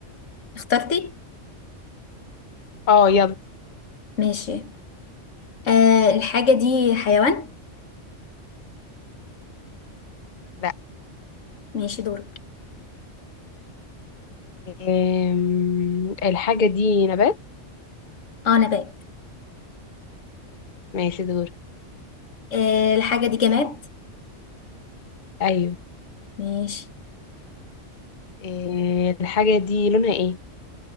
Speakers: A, on the left; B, on the left.
A: اخترتي
B: اه يلا
A: ماشي آه الحاجة دي حيوان
B: لا
A: ماشي دورك
B: أم، الحاجة دي نبات
A: اه نبات
B: ماشي دور
A: آه الحاجة دي جماد
B: أيوه
A: ماشي
B: أم، الحاجة دي لونها إيه